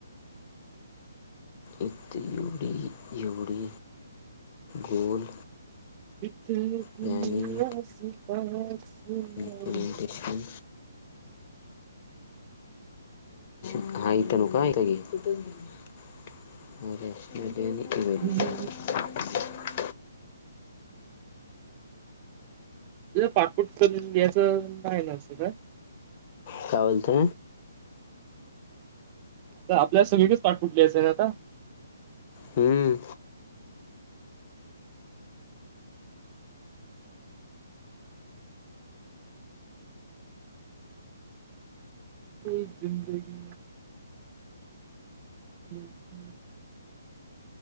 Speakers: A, on the left (about 35°); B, on the right (about 25°).
A: इथं एवढी एवढी गोल
B: इथं कुणी
A: प्लॅनिंग
B: आस पास ना!
A: इम्प्लिमेंटेशन हाय तनु काय? <inaudible> हो <unintelligible>
B: नाही
A: <inaudible>
B: त पाठपुठ करून घ्यायचं न्हाई ना सगळं?
A: <inaudible> काय बोलते
B: आ आपल्याला सगळीकडच पाठपुठ लिहायचं ना आता.
A: हम्म
B: यह झिंदगी हम्म हम्म